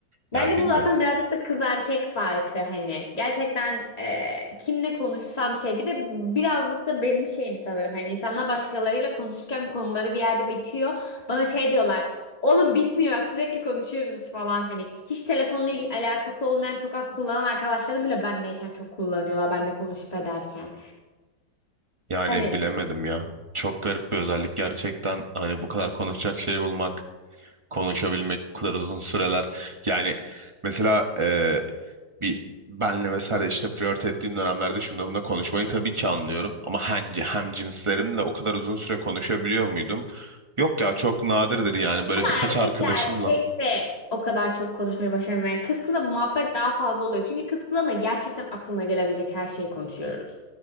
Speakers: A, on the right (about 45°); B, on the left (about 25°).
A: Yani
B: Bence
A: bilmiyorum.
B: bu zaten birazcık da kız erkek farkı hani. Gerçekten e, kimle konuşsam şey. Bir de birazcık da benim şeyim sanırım. Hani insanlar başkalarıyla konuşurken konuları bir yerde bitiyor. Bana şey diyorlar. Oğlum bitmiyor bak sürekli konuşuyoruz biz falan. Hani hiç telefonla il- alakası olmayan çok az kullanan arkadaşlarım bile benleyken çok kullanıyorlar. Ben de konuşup ederken.
A: Yani
B: Hani
A: bilemedim ya. Çok garip bir özellik gerçekten. Hani bu kadar konuşacak şey bulmak, konuşabilmek bu kadar uzun süreler. Yani mesela e, bir benle vesaire işte flört ettiğin dönemlerde şunda bunda konuşmayı tabii ki anlıyorum. Ama hem, hem cinslerimle o kadar uzun süre konuşabiliyor muydum? Yok ya çok nadirdir yani böyle
B: ama
A: birkaç
B: erkekle
A: arkadaşımla.
B: erkek de o kadar çok konuşmaya başlamıyor. Yani kız kıza bu muhabbet daha fazla oluyor. Çünkü kız kıza da gerçekten aklına gelebilecek her şeyi konuşuyoruz.